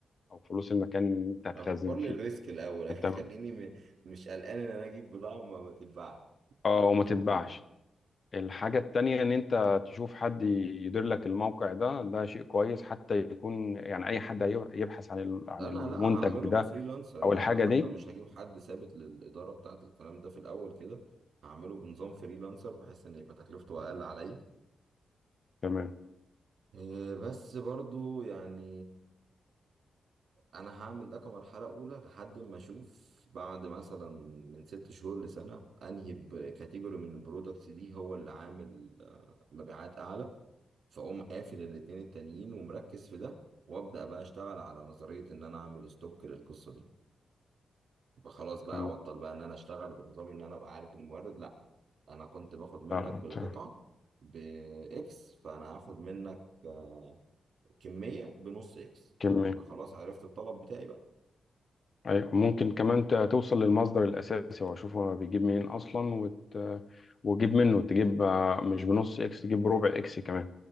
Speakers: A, on the left; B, on the right.
A: او فلوس المكان اللي انت هتخزن
B: هكبر
A: فيه
B: لي الريسك الاول <laughs> هيخليني
A: انت
B: م... مش قلقان ان انا اجيب بضاعه وما ما تتباعش
A: اه
B: ده اللي
A: وما
B: انا خايف
A: تتباعش
B: منه
A: الحاجة التانية ان انت تشوف حد يدير لك الموقع ده ده شيء كويس حتى يكون يعني اي حد هي- يبحث عن ال- عن
B: انا
A: المنتج
B: لا هعمله
A: ده
B: بفريلانسر
A: او
B: يعني
A: الحاجة
B: انا حتى
A: دي
B: مش هجيب حد ثابت للاداره بتاعه الكلام ده في الاول كده هعمله بنظام فريلانسر بحيث ان يبقى تكلفته اقل عليا
A: تمام
B: إيه، بس برضو يعني انا هعمل ده كمرحله اولى لحد ما اشوف بعد مثلا من ست شهور لسنه انهي بكاتيجوري من البرودكتس دي هو اللي عامل آه، مبيعات اعلى فاقوم قافل الاتنين التانيين ومركز في ده وابدا بقى اشتغل على نظريه ان انا اعمل ستوك للقصه دي يبقى خلاص بقى
A: تمام
B: ابطل بقى ان انا اشتغل بنظام ان انا ابقى عارف المورد لا انا كنت باخد منك
A: آه،
B: بالقطعه
A: أنت-
B: باكس فانا هاخد منك آه، كميه بنص اكس
A: كم-
B: ما خلاص عرفت الطلب بتاعي بقى
A: أيوة. ممكن كمان ت- توصل للمصدر الأساسي وأشوف هو بيجيب منين أصلا وت... وجيب منه تجيب آه، مش بنص إكس تجيب بربع إكس كمان